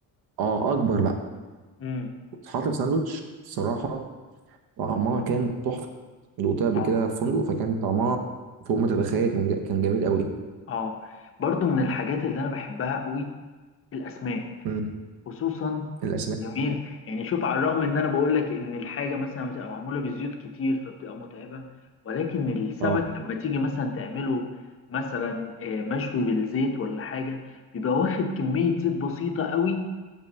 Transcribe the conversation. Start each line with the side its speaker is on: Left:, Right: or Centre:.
Right: اه اكبر بقى
Left: مم. امم
Right: وتتحط في ساندوتش الصراحه طعمها كان تحفة دوقتها قبل
Left: اه
Right: كده في فندق فكان طعمها فوق ما تتخيل كان جا- كان جميل قوي
Left: اه برضو من الحاجات اللي انا بحبها قوي الاسماك
Right: امم
Left: خصوصا
Right: الاسماك
Left: جميل يعني شوف على الرغم ان انا بقول لك ان الحاجه مثلا بتبقى معموله بزيوت كتير فبتبقى متعبه ولكن السمك
Right: اه
Left: لما تيجي مثلا تعمله مثلا آه، مشوي بالزيت ولا حاجه بيبقى واخد كميه زيت بسيطه قوي